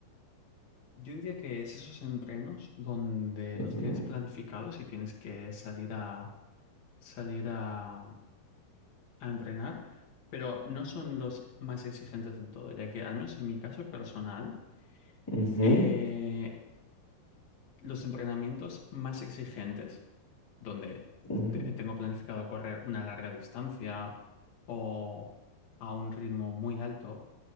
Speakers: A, on the left; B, in the centre.
A: yo diría que es esos entrenos donde
B: Ujú,
A: los tienes planificados y tienes que salir a salir a, a entrenar, pero no son los más exigentes del todo, ya que al menos en mi caso personal.
B: ujú,
A: Eh, Los entrenamientos más exigentes, donde
B: ujú,
A: te- tengo planificado correr una larga distancia o a un ritmo muy alto,